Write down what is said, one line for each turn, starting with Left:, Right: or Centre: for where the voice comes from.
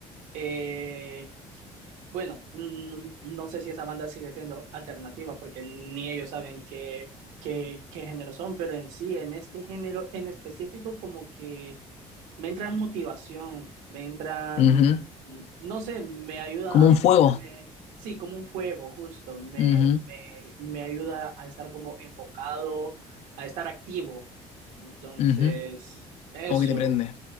Right: Eh, bueno, mm, no sé si esa banda sigue siendo alternativa porque ni ellos saben qué, qué, qué género son, pero en sí, en este género en específico, como que me entra motivación, me entran,
Left: Ujú.
Right: no sé, me ayuda
Left: Como
Right: a mantenerme,
Left: un fuego.
Right: sí, como un fuego, justo, me,
Left: Ujú,
Right: me, me ayuda a estar como enfocado, a estar activo. Entonces,
Left: ujú.
Right: eso,
Left: Como que te prende.